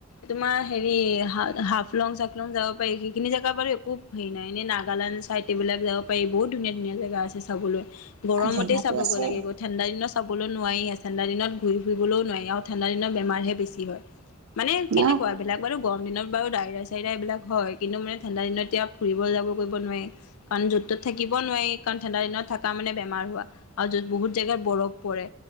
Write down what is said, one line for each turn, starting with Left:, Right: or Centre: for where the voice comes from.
Left: তোমাৰ হেৰি হা হাফলং চাফলং যাব পাৰি সেইখিনি জেগা বাৰু একো সেই নাই এনেই নাগালেণ্ড চাই এইবিলাক যাব পাৰি বহুত ধুনীয়া ধুনীয়া জেগা আছে চাবলৈ। গৰমতে
Right: জেগাটো
Left: চাব
Right: আছে
Left: গ লাগে গত- ঠাণ্ডা দিনত চাবলৈও নোৱাৰি আ চেণ্ডা দিনত ঘূৰি ফুৰিবলৈও নোৱাই আৰু ঠাণ্ডা দিনত বেমাৰহে বেছি হয়। মানে
Right: ন
Left: কেনেকুৱা এইবিলাক বাৰু গৰম দিনত বাৰু দাইৰা চাইৰা এইবিলাক হয় কিন্তু মানে ঠাণ্ডা দিনত এতিয়া ফুৰিব যাব কৰিব নোৱাই। কাৰণ য'ত তত থাকিব নোৱাই কাৰণ ঠাণ্ডা দিনত থাকা মানে বেমাৰ হোৱা। আৰু য'ত বহুত জেগাত বৰফ পৰে।